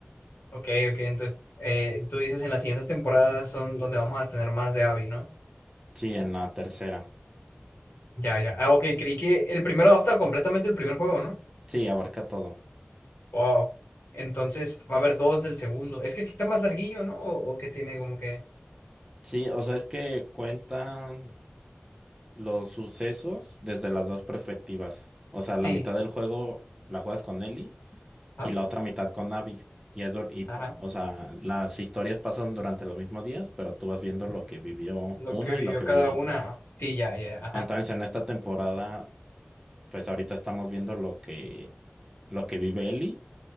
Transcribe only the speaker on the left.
Ok, ok. Entonces, eh, tú dices en las siguientes temporadas son donde vamos a tener más de Abby, ¿no?
Ya, ya. Ah, ok, creí que el primero adapta completamente el primer juego, ¿no?
Wow. Entonces, va a haber dos del segundo. Es que sí está más larguillo, ¿no? O, o que tiene como que.
Sí.
Ajá.
Ajá.
Lo
que vivió
cada
una.
Sí, ya, ya, ya, ajá.